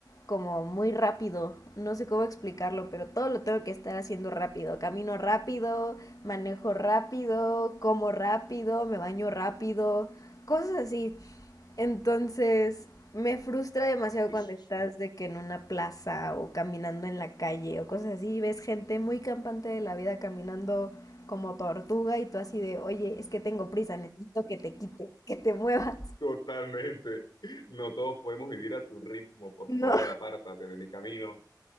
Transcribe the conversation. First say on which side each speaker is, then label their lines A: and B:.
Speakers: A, on the left; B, on the left.
A: como muy rápido. No sé cómo explicarlo, pero todo lo tengo que estar haciendo rápido. Camino rápido, manejo rápido, como rápido, me baño rápido, cosas así. Entonces, me frustra demasiado
B: Sí,
A: cuando
B: sí,
A: estás
B: sí.
A: de que en una plaza o caminando en la calle o cosas así, y ves gente muy campante de la vida caminando como tortuga y tú así de, oye, es que tengo prisa, necesito que te quites, que te muevas.
B: Totalmente. No todos podemos vivir a tu ritmo, por
A: No,
B: favor,
A: <laughs>
B: apártate de mi camino.